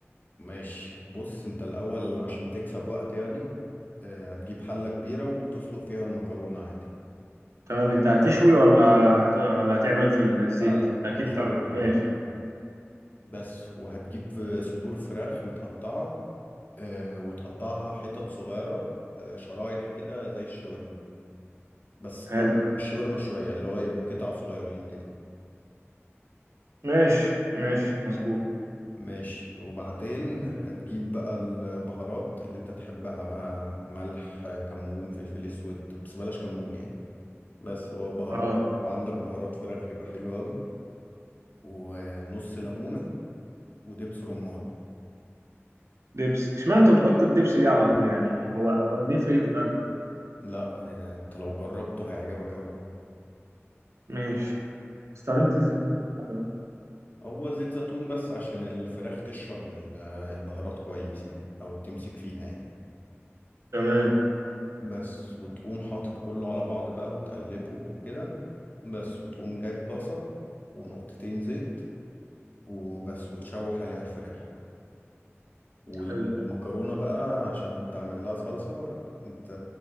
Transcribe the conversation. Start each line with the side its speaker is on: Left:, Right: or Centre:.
Left: ماشي بص انت الاول عشان تكسب وقت يعني آه، هتجيب حلة كبيرة وتسلق فيها المكرونة عادي
Right: تمام انت هتشوي ولا هت- ولا هتعمل في الزيت
Left: لا لا
Right: اكيد
Left: هشوح
Right: طبعا
Left: عادي
Right: ماشي
Left: بس وهتجيب في صدور فراخ متقطعة آه، وتقطعها حتت صغيرة آه، شرايح كده زي الشاورما بس
Right: حلو
Left: أكبر من الشاورما شوية اللي هو يبقوا قطع صغيرين كده
Right: ماشي ماشي مظبوط
Left: ماشي وبعدين هتجيب بقى البهارات اللي انت تحبها بقى ملح كمون فلفل اسود بس بلاش كمون يعني بس هو بهارات
Right: اه
Left: وعندك بهارات فراخ يبقى حلو قوي ونص ليمونة ودبس رمان
Right: دبس اشمعنى انت بتحط الدبس ليه على طول يعني هو هو بيفرق ايه في الاكل يعني؟
Left: لا آه، انت لو جربته هيعجبك قوي
Right: ماشي استخدمت الزيت زيتون لحد دلوقتي
Left: هو زيت زيتون بس عشان الفراخ تشرب ال- البهارات كويس يعني او تمسك فيها يعني
Right: تمام
Left: بس وتقوم حاطط كله على بعض بقى وتقلبه وكده بس وتقوم جايب طاسة ونقطتين زيت وبس وتشوح عليها الفراخ والمكرونة
Right: حلو
Left: بقى عشان تعمل لها صلصة انت